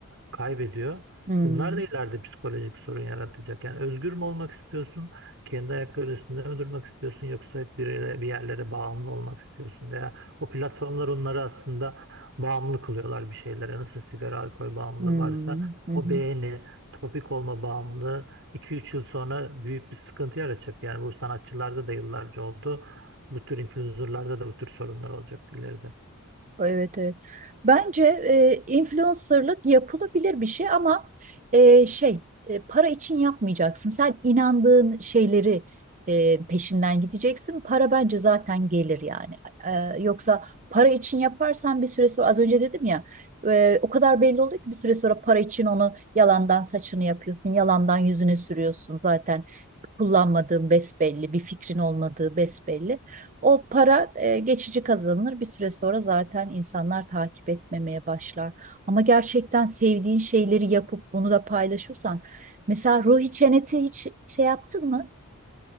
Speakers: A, on the right (about 60°); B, on the right (about 35°).
A: kaybediyor.
B: Hmm,
A: Bunlar da ileride psikolojik sorun yaratacak. Yani özgür mü olmak istiyorsun? Kendi ayakları üstünde mi durmak istiyorsun? Yoksa hep bir yere- bir yerlere bağımlı olmak istiyorsun? Veya o platformlar onları aslında bağımlı kılıyorlar bir şeylere. Nasıl sigara, alkol bağımlılığı
B: hmm,
A: varsa
B: hı
A: o
B: hı.
A: beğeni, topik olma bağımlılığı 2 üç yıl sonra büyük bir sıkıntı yaratacak. Yani bu sanatçılarda da yıllarca oldu. Bu tür influencerlarda da bu tür sorunlar olacak ileride.
B: Evet evet. Bence e, influencerlık yapılabilir bir şey ama e, şey e, para için yapmayacaksın. Sen inandığın şeyleri e, peşinden gideceksin. Para bence zaten gelir yani. E, yoksa para için yaparsan bir süre sonra az önce dedim ya e, o kadar belli oluyor ki bir süre sonra para için onu yalandan saçını yapıyorsun, yalandan yüzüne sürüyorsun zaten kullanmadığın besbelli, bir fikrin olmadığı besbelli. O para e, geçici kazanılır. Bir süre sonra zaten insanlar takip etmemeye başlar. Ama gerçekten sevdiğin şeyleri yapıp bunu da paylaşırsan, mesela Ruhi Çenet'i hiç şey yaptın mı?